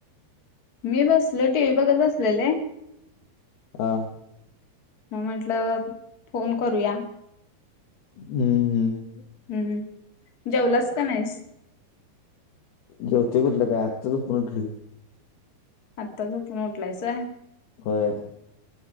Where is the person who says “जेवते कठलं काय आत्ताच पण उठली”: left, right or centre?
Left